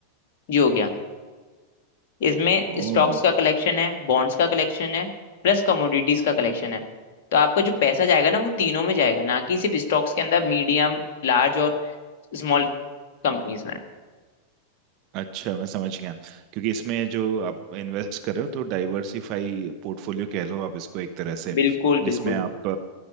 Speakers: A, on the left; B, on the right.
A: ये हो गया इसमें
B: ओ
A: स्टॉक्स का कलेक्शन है बॉन्ड्स का कलेक्शन है प्लस कमोडिटीज का कलेक्शन है तो आपका जो पैसा जाएगा ना वो तीनों में जाएगा ना कि सिर्फ स्टॉक्स के अंदर मीडियम लार्ज और स्मॉल कंपनीज में
B: अच्छा मैं समझ गया क्योंकि इसमें जो आप इन्वेस्ट कर रहे हो तो डाइवर्सिफाई पोर्टफोलियो कह लो आप इसको एक तरह से
A: बिल्कुल
B: जिसमें
A: बिल्कुल
B: आप